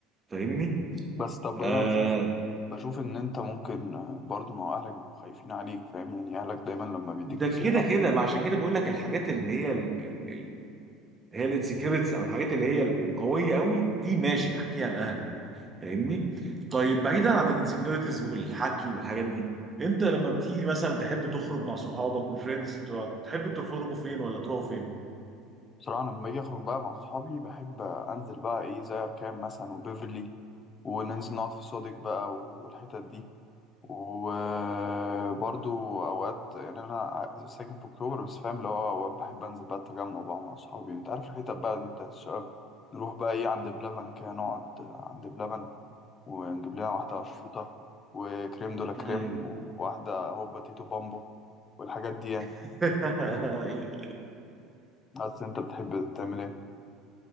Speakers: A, on the right (about 15°); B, on the left (about 30°).
A: فاهمني؟
B: بس طب
A: آه
B: انا بشوف بشوف ان انت ممكن آه، برضو ما هو اهلك بيبقوا خايفين عليك فاهم يعني اهلك دايما لما بيديك
A: ده
B: نصيحة
A: كده كده ما عشان كده بقول لك الحاجات اللي هي ال ال ال هي الانسكريبتس أو الحاجات اللي هي القوية قوي دي ماشي أحكيها لأهلك فاهمني؟ طيب بعيدا عن الانسكريبتس والحكي والحاجات دي انت لما بتيجي مثلا تحب تخرج مع صحابك والفريندز بتوعك تحب تخرجوا فين ولا تروحوا فين؟
B: بصراحة لما باجي اخرج بقى مع اصحابي بحب انزل بقى ايه زي اركان مثلا وبيفرلي وننزل نقعد في صودك بقى والحتت دي وبرضو اوقات يعني انا ساكن في اكتوبر بس فاهم اللي هو اوقات بحب انزل بقى التجمع بقى مع اصحابي انت عارف الحتت بقى دي بتاعت الشباب نروح بقى ايه عند بلبن كده نقعد عند بلبن ونجيب لنا واحدة اشروطة وكريم دولا كريم
A: أيوة.
B: وواحدة هوبا تيتو بامبو والحاجات دي يعني
A: <laughs>
B: بس انت بتحب تعمل ايه